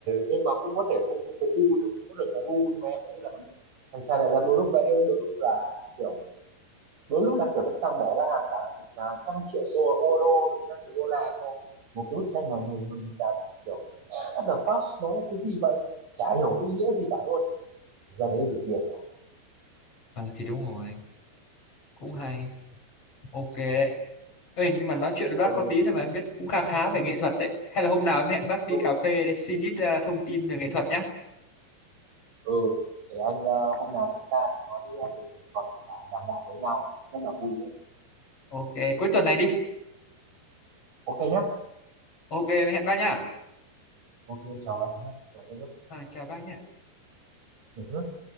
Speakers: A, on the right; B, on the left.
A: nhưng mà cũng có thể không không có gu nhưng cũng có thể có gu nhưng mà em phải biết là mình thằng cha đại gia đôi lúc vẽ đôi lúc là kiểu đôi lúc là kiểu sẵn sàng bỏ ra hàng cả à, trăm triệu đô euro trăm triệu đô la cho một cái bức tranh mà người dùng làm kiểu what the fuck nó là cái gì vậy chả hiểu cái ý nghĩa gì cả luôn ấy. Thực ra đấy rửa tiền là
B: ờ, thì đúng rồi cũng hay ok đấy Ê, nhưng mà nói chuyện với
A: ừ,
B: bác có tí thôi mà em biết cũng khá khá về nghệ thuật đấy. Hay là hôm nào em hẹn bác đi
A: ừ,
B: cà phê để xin ít ờ, thông tin về nghệ thuật nhá.
A: ừ. để anh à, hôm nào chúng ta sẽ nói về nghệ thuật và đàm đạo với nhau rất là vui đấy
B: Ok, cuối tuần này đi.
A: ok nhé
B: Ok, em hẹn bác nhá.
A: ok chào bạn nhé chào em nhé
B: À, chào bác nhá.
A: Ừ